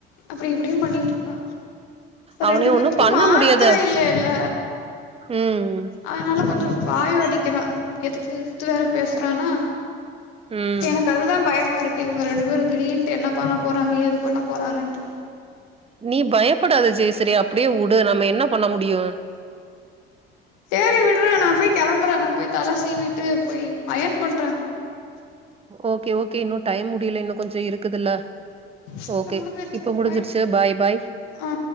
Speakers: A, on the left (about 65°); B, on the right (about 20°).
A: அப்டி இப்டின் பண்ணிட்ருக்கா
B: அவனே
A: ரெண்டு பேருத்துக்கு‌
B: ஒண்ணு பண்ண
A: மாத்திரை
B: முடியாத
A: இல்லைல்ல
B: ம்
A: அதனால கொஞ்சோ பாயோட் படிக்கலா எதுத்து எதுத்து வேற பேசுறானா
B: ம்
A: எனக்கு அதுதா பயமா இருக் கு இவங்க ரெண்டு பேரு திடீர்ன்ட்டு என்ன பண்ண போறாங்க ஏது பண்ண போறாங்கன் ட்டு
B: நீ பயப்படாத ஜெஸ் சேரி அப்டியே உடு நம்ம என்ன பண்ண முடியு
A: சேரி விடுடா நா போய் கெளம்புற நா போய் தல சீவிட்டு போய் பையன் பண்ற
B: ஓகே ஓகே இன்னு டைம் முடில இன்னு கொஞ்சோ இருக்குதுல்ல
A: இல்ல
B: ஓகே
A: முடுஞ்சுருச்சு
B: இப்ப முடிஞ்சிருச்சு
A: பாய்
B: பாய் பாய்
A: ஆ